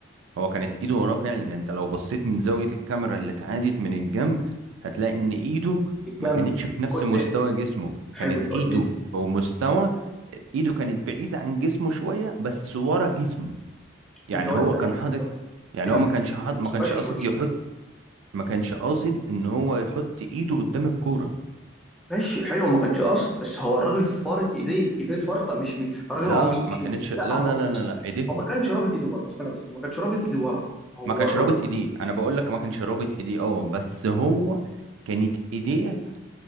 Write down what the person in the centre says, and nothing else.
الجنب
قلت
ايه
حلو
انت قلت
ايه
انت قلت
ايه
جنب
ما
شفتهاش
من الوش
ماشي حلو ما كانش قاصد بس هو الراجل فارط ايديه ايديه فارطه مش مش الراجل
هو مش مش
لا
هو
هو ما كانش رابط ايده ورا استنى بس هو ما كانش رابط ايده ورا هو
الراجل